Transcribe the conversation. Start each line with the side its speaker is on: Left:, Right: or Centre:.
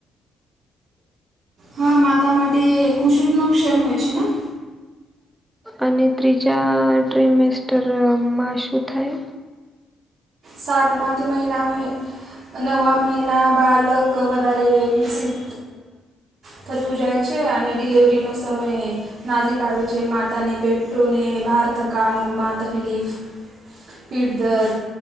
Right: હા માતા માટે ખુસૂર નો શેના હોય છે ના.
Centre: અને ત્રીજા ટ્રીમેસ્ટરમાં શું થાય.
Right: સાતમાંથી મહિના મે નવા મહિના બાળક વધારે વિકસિત થતું જાય છે અને ડિલિવરીનો સમય નાજીક આવે છે માતાને બેટોને બાર થકાનો માં તકલીફ. પીડધર